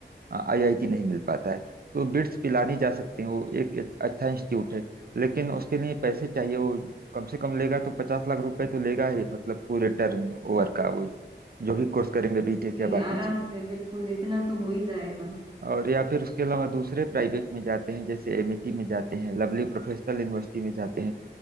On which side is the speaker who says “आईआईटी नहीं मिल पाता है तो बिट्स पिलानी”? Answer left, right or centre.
Right